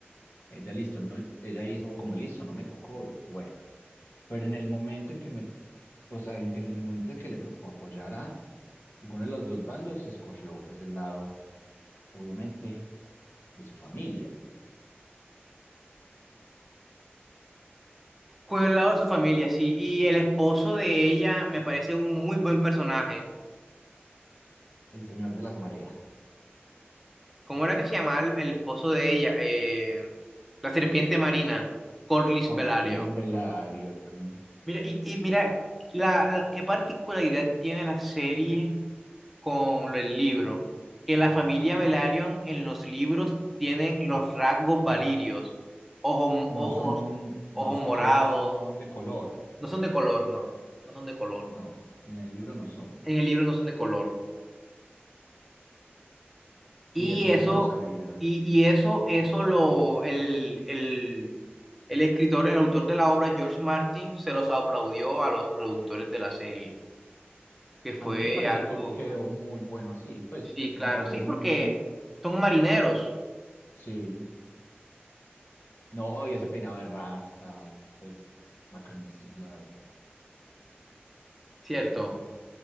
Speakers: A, on the left (about 70°); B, in the centre.
A: Ella listo, no, ella hizo como listo, no me tocó, y bueno, pero en el momento en que me, o sea, en que- en el momento en que le tocó apoyar a alguno de los dos bandos, escogió pues el lado, obviamente, de su familia,
B: con el lado de su familia, sí. Y el esposo de ella me parece un muy buen personaje.
A: el señor de las mareas,
B: ¿Cómo era que se llamaba el, el esposo de ella? Eh, la serpiente marina, Corlys
A: Corlys
B: Velario.
A: Velaryon.
B: Mira, y, y mira, la, la- ¿qué particularidad tiene la serie con el libro? Que la familia Velaryon en los libros tienen los rasgos valirios, ojos,
A: No
B: ojos,
A: son,
B: ojos
A: no son,
B: morados,
A: ellos no son de color,
B: no son de color, no, no son de color.
A: no, en el libro no son.
B: En el libro no son de color.
A: Sí,
B: Y
A: eso
B: eso,
A: sí lo sabía.
B: y, y eso, eso lo, el, el, el escritor, el autor de la obra, George Martin, se los aplaudió a los productores de la serie, que fue
A: A mí me parece
B: algo...
A: que quedó muy bueno así, pues
B: Sí, claro,
A: me parece
B: sí, porque
A: muy,
B: son marineros,
A: sí. No, y ese peinado de rasta, pues bacanísimo, la verdad.
B: ¿cierto?